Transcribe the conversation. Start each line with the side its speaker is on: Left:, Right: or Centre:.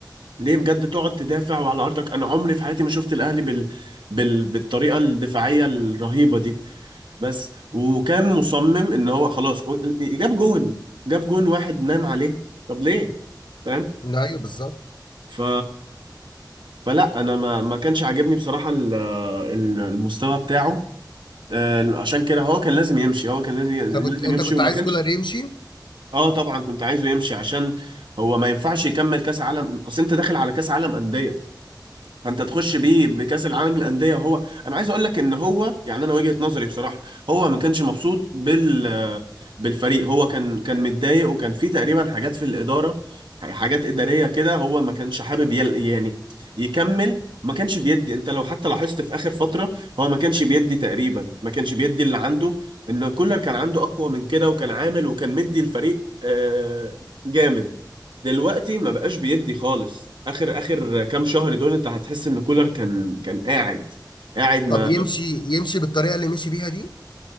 Right: ليه بجد تقعد تدافع وعلى أرضك أنا عمري في حياتي ما شفت الأهلي بال... بال... بالطريقة الدفاعية الرهيبة دي بس وكان مصمم إن هو خلاص و- جاب جون جاب جون واحد نام عليه طب ليه فاهم
Left: ده؟ أيوه بالظبط
Right: ف فلا انا ما ما كانش عاجبني بصراحه ال- ال- المستوى بتاعه آه، عشان كده هو كان لازم يمشي هو كان لازم
Left: أنت كنت
Right: لازم
Left: أنت
Right: يمشي
Left: كنت
Right: وما
Left: عايز
Right: كانش
Left: كولر يمشي
Right: اه طبعا كنت عايزه يمشي عشان هو ما ينفعش يكمل كاس عالم اصل انت داخل على كاس عالم انديه فانت تخش بيه بكاس العالم للانديه وهو انا عايز اقول لك ان هو يعني انا وجهه نظري بصراحه هو ما كانش مبسوط بال بالفريق هو كان كان متضايق وكان في تقريبا حاجات في الاداره حاجات اداريه كده هو ما كانش حابب يل... يعني يكمل ما كانش بيدي انت لو حتى لاحظت في اخر فتره هو ما كانش بيدي تقريبا ما كانش بيدي اللي عنده ان كولر كان عنده اقوى من كده وكان عامل وكان مدي الفريق آه، جامد دلوقتي ما بقاش بيدي خالص اخر اخر كام شهر دول انت هتحس ان كولر كان كان قاعد قاعد ما
Left: طب يمشي يمشي بالطريقة اللي مشي بيها دي